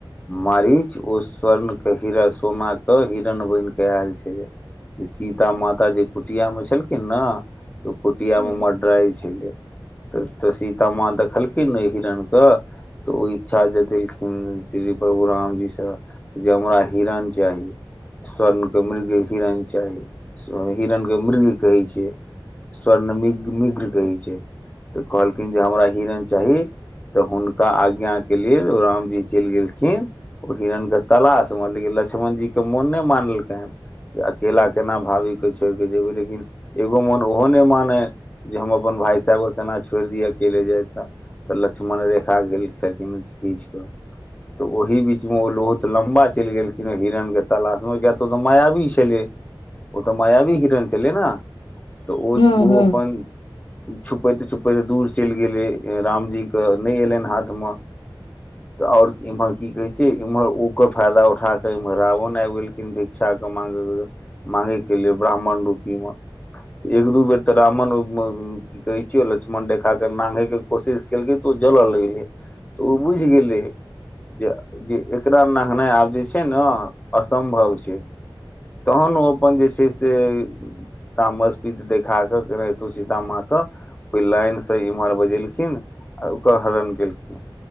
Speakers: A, on the left; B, on the left.
A: माररीच ओ स्वर्णके हरा सोनाके हिरण बनि कऽ आयल छलै जे सीता माता जे कुटियामे छलखिन ने तऽ ओ कुटियामे
B: हूँ
A: मड्रइ छलै तऽ तऽ सीताामाँ देखलखिन ने हिरणके तऽ ओ इच्छा जतेलखिन श्री प्रभ रामजीसँ जे हमरा हिरण चाही स्वर्णके मृग हिरण चाही हिरणके मृग कहै छै स्वर्ण मि मिग्र कहै छै तऽ कहलखिन जे हमरा हिरण चाही तऽ हुनका आज्ञाके लेल रामजी चलि गेलखिन ओ हिरणे तलाशमे लेकिन लक्ष्मण जीे मोन नहि मानलकनि जे अकेला केना भाभीकेँ छोड़ि कऽ जेयबै लेकिन एगो मोन ओहो नहि मानै जे हम अपन भाय साहेब केना छोड़ि दिय अकेले जाय ते तऽ लक्ष्मण रेखा गेल छलखिन खींच कऽ तऽ ओहि बीचमे ओ लहुत लम्बा चलि गेलखिन हिरण के तलाश मे किया तऽ ओ तऽ मायावी छले ओ तऽ माया भवी हिरन छलय न तऽ ओ
B: हूँ हूँ
A: ओ अपन छुप छुपैते छुपैते दूर चलि गेले रामजी के नहि एलैनि हाथ मे आओर इम्हर की कहे छै इम्हर ओकर फायदा उठा कऽ इमहर रावण आबि गेलखिन भिक्षाक के मा मांगेके लेल ब्राह्मण रूपी मे तऽ एक दू बेर तऽ रावण ओहि कहै छिय लक्ष्मन रेखा कऽ नांगे के कोशिश केलकै तऽ ओ जलय लगलै तऽ ओ बुझि गेलै जे जे एकरा नांगनाइ आब जे छै ने असम्भव छै तहन ओ अपन जे छै से तामसपित देखा कऽ केनाहित सीता मा त लाईन सँ एमहर बजेलखिन आ ओकर हरण केलखिन